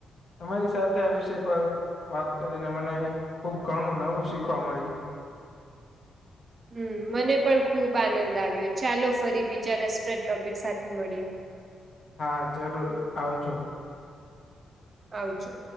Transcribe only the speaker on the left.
તમારી સાથે આ વિષય પર વાત.... કરીને મને ખુબ ઘણું નવું શીખવા મળ્યું.
હા જરૂર. આવજો.